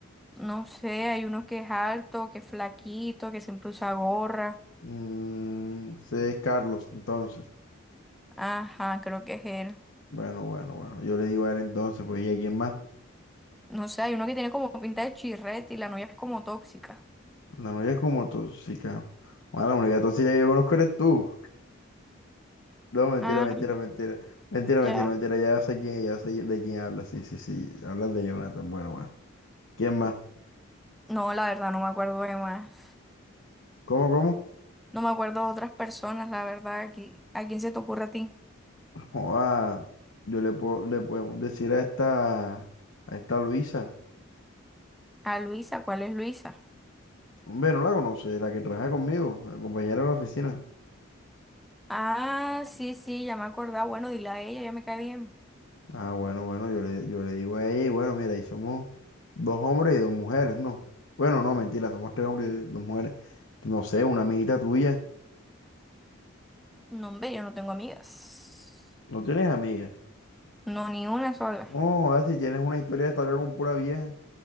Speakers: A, in the centre; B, on the left.
A: No sé, hay uno que es alto, que es flaquito, que siempre usa gorra.
B: Mm, ese es Carlos, entonces.
A: Ajá, creo que es él.
B: Bueno, bueno, bueno, yo le digo a él entonces, pues, ¿y a quién más?
A: No sé, hay uno que tiene como pinta de chirrete y la novia es como tóxica.
B: la novia es como tóxica. Bueno, la única tóxica que yo conozco eres tú. No, mentira,
A: Ah,
B: mentira, mentira. Mentira, mentira,
A: ya.
B: mentira. Ya sé quién, ya sé de quién hablas. Sí, sí, sí. Hablas de Jonathan. Bueno, bueno. ¿Quién más?
A: No, la verdad, no me acuerdo de más.
B: ¿Cómo, cómo?
A: No me acuerdo de otras personas, la verdad. Aquí, ¿a quién se te ocurre a ti?
B: Joda, yo le puedo, le podemos decir a esta, a esta Luisa.
A: A Luisa, ¿cuál es Luisa?
B: Hombre, no la conoce, la que trabaja conmigo, la compañera de la oficina.
A: Ah, sí, sí, ya me acordaba. Bueno, dile a ella, ya me cae bien.
B: Ah, bueno, bueno, yo le, yo le digo a ella y bueno, mira, ahí somos dos hombres y dos mujeres, ¿no? Bueno, no, mentira, somos tres hombres y dos mujeres. No sé, una amiguita tuya.
A: No, hombre, yo no tengo amigas.
B: No tienes amigas.
A: No, ni una sola.
B: No, ahora si tienes una historia destacada con pura vieja.